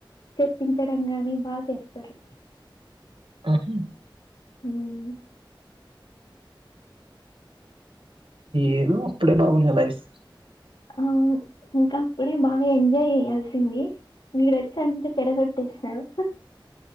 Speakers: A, on the left (about 75°); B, on the right (about 85°).
A: చెప్పించడం కాని బాగ చేస్తారు
B: ఆహ
A: ఉమ్
B: ఏదో అప్పుడే బాగుంది లైఫ్
A: అవును ఇంకా అప్పుడే బాగా ఎంజాయ్ చేయాల్సింది మీరోచ్చి అంత చెడగొట్టేసారు